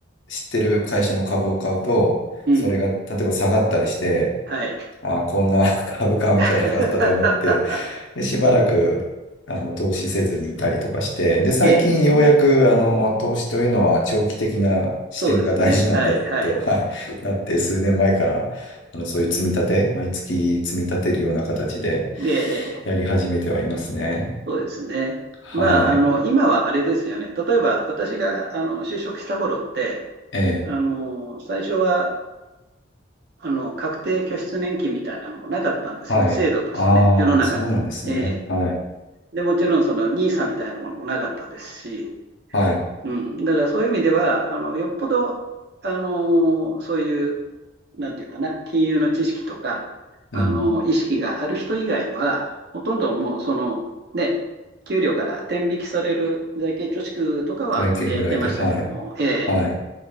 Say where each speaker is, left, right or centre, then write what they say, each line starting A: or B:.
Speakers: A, on the left; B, on the right.
A: 知ってる会社の株を買うと、
B: ええうん。
A: それが、例えば下がったりして、
B: はい。
A: ああ、こんな <laughs> 株買うんじゃなかったと思って、
B: <laughs>
A: で、しばらく、あの、投資せずにいたりとかして、で、最近ようやく、
B: ええ、
A: あの、投資というのは長期的な視点が大事なんだと、
B: そうですね。はい、はい。
A: <laughs> はい、なって、数年前から、あの、そういう積み立て、毎月積み立てるような形で
B: ええ、
A: やり始めてはいますね。
B: そうですね。
A: はい。
B: まあ、あの、今はあれですよね。例えば、私が、あの、就職した頃って、
A: ええ。
B: あの、最初は、あの、確定拠出年金みたいなのもなかったんですよ。
A: はい。
B: 制度としてね、
A: ああ、
B: 世の中に。
A: そうなんですね。
B: ええ
A: はい。
B: で、もちろん、その、n i s みたいなものもなかったですし、
A: はい。
B: うん。だから、そういう意味では、あの、よっぽど、あの、そういうなんていうかな、金融の知識とか、
A: うん。
B: あの、意識がある人以外は、ほとんどもうその、ね、給料から天引きされる財形貯蓄とかはみんなやってましたけども、
A: 財形ぐらいで、はい。
B: ええ
A: はい。